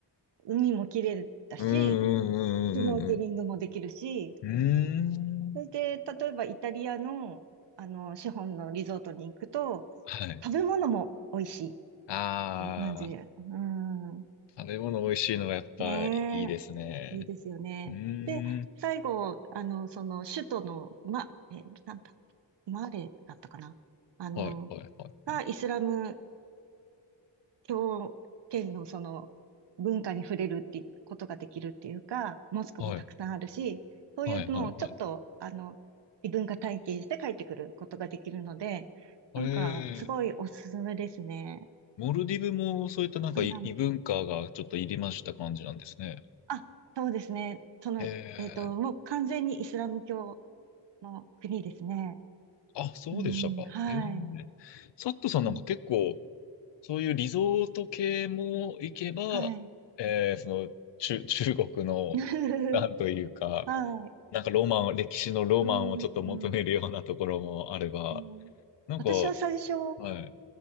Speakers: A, on the right; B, on the left.
A: 海も綺麗だし、
B: うんうんうんうんうん
A: シュノーケリングもできるし、
B: うん。うーん。
A: それで、例えばイタリアの、あの、資本のリゾートに行くと、
B: はい。
A: 食べ物も美味しいっ
B: ああ、
A: ていう感じ。うん。
B: 食べ物美味しいのがやっぱいいですね。
A: ねえ、いいですよね。
B: うーん。
A: で、最後、あの、その、首都の、ま、え、なんだ、マレだったかな。あの、
B: はいはいはいはい。
A: がイスラム狂犬のその文化に触れるってことができるっていうか、モスクもたくさんあるし、
B: はい
A: そういうのをちょっと、
B: はいはいはい。
A: あの、異文化体験して帰ってくることができるので、
B: ええ、
A: なんか、すごいおすすめですね。
B: モルディブもそういったなんか異異文化がちょっと入りました感じなんですね。
A: うんあ、そうですね。その、
B: ええ、
A: えっと、もう完全にイスラム教の国ですね。
B: あ、そうでしたか。
A: うん、はい。
B: ええ、サットさんなんか結構
A: うん、
B: そういうリゾート系も行けば、
A: はい。
B: えーその中、<laughs> 中国の、
A: <laughs>
B: なんというか、
A: はい。
B: なんかロマン、歴史のロマンをちょっと求めるようなところもあれば、
A: うん、うん。
B: なんか、
A: 私は最初、
B: はい、